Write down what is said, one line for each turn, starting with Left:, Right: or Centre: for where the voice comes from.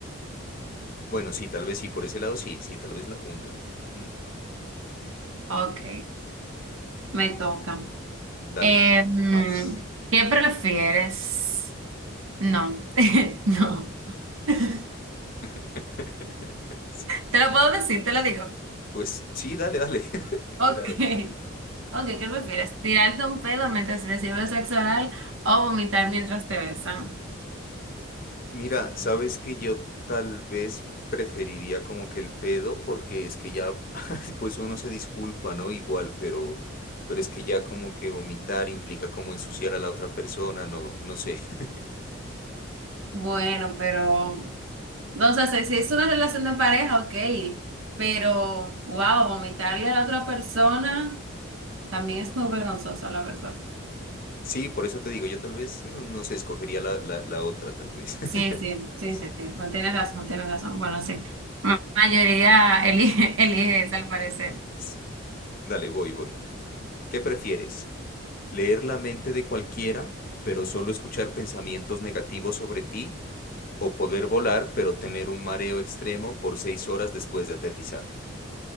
Left: Bueno, sí, tal vez sí, por ese lado sí, sí, tal vez la jungla. Ujú.
Right: Ok, me toca.
Left: Dale,
Right: Eh, mm,
Left: paz.
Right: ¿qué prefieres? No, <laughs> no. <laughs>
Left: <laughs> Sí,
Right: Te lo puedo decir, te lo digo.
Left: Pues sí, dale, dale. <laughs>
Right: Ok,
Left: Claro.
Right: ok, ¿qué prefieres? ¿Tirarte un pedo mientras recibes sexo oral o vomitar mientras te besan?
Left: Mira, sabes que yo tal vez preferiría como que el pedo, porque es que ya, <laughs> pues uno se disculpa, ¿no? Igual, pero, pero es que ya como que vomitar implica como ensuciar a la otra persona, no, no sé. <laughs>
Right: Bueno, pero, no sé, si si es una relación de pareja, ok, pero, wow, vomitarle a la otra persona también es muy vergonzoso, la verdad.
Left: Sí, por eso te digo, yo tal vez, no, no sé, escogería la, la, la otra, tal vez. <laughs>
Right: Sí, sí, sí,
Left: Sí,
Right: sí,
Left: sí.
Right: no tienes razón, tienes razón. Bueno, sí, la mayoría elige, <laughs> elige esa al parecer.
Left: Sí. Dale, voy, voy. ¿Qué prefieres? leer la mente de cualquiera, pero solo escuchar pensamientos negativos sobre ti, o poder volar, pero tener un mareo extremo por seis horas después de aterrizar.